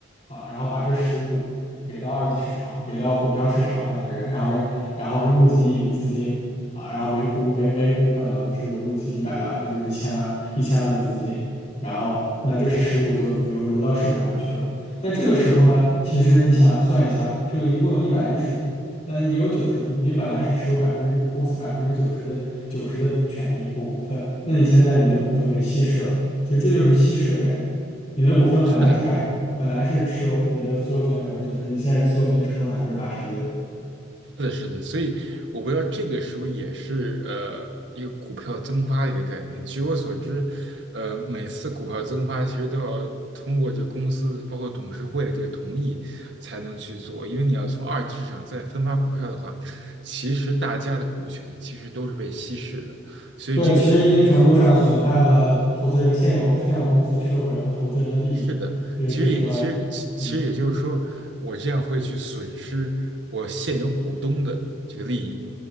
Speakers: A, on the left; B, on the right.
A: 啊，然后把这十股给到二级市场，给到股票市场上的人，然后然后募集一笔资金啊，然后每股每每股可能这个募集一百万，那就是一千万一千万的资金，然后那这十股就流流到市场上去了。那这个时候呢，其实你想算一下，这个一共有一百一十股。但是你有九十股，你本来是持有百分之公司百分之九十的九十的权益或股份，那你现在你的股份被稀释了，其实这就是稀释的概念。你的股份本来只百本来是持有你的所有权百分之九十，
B: 是的，
A: 你现在所有权只剩百分之八十一了。
B: 是的，是的，所以我不知道这个是不是也是呃一个股票增发的一个概念。据我所知，呃，每次股票增发其实都要通过这公司包括董事会的这个同意才能去做，因为你要从二级市场再分发股票的话，其实大家的股权其实都是被稀释的，所以这个事情必
A: 对，其实一定程度上损害了投资人现有现有公司持有人和投资人的利益，
B: 是的，
A: 所以这是个
B: 其实也其实其其实也就是说，
A: 嗯。
B: 我这样会去损失我现有股东的这个利益，